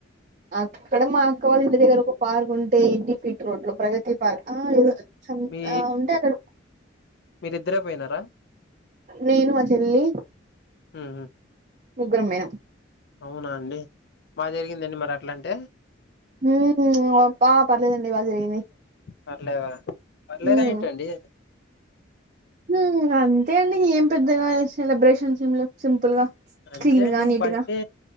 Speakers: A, on the right; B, on the left.
A: ఆక్కడ మాక్క వాళ్ ఇంటి దగ్గర ఒక పార్క్ ఉంటే ఎంటి ఫీట్ రోడ్లు ప్రగతి పర్ ఆ ఏదో చ్ఛం
B: మీ
A: ఆ ఉంటే అక్కడు
B: మీరిద్దరే పోయినారా
A: నేను మా చెల్లి
B: ఊహు
A: ముగ్గురం పోయినం
B: అవునా అండి మా జరిగిందా అండి మర్ అట్లంటే
A: ఊమ్ ఉమ్ అప్ప పర్లేదండి బా జరిగింది
B: పర్లేదా పర్లేదా
A: ఉమ్
B: ఏంటండి
A: హుమ్ అంతే అండి ఏం పెద్దగా ఎ సెలబ్రేషన్స్ ఎంలేవ్ సింపుల్ గా
B: అంతే
A: క్లీన్
B: అండి
A: గా
B: ఇంక
A: నీటి
B: బర్త్డే
A: గా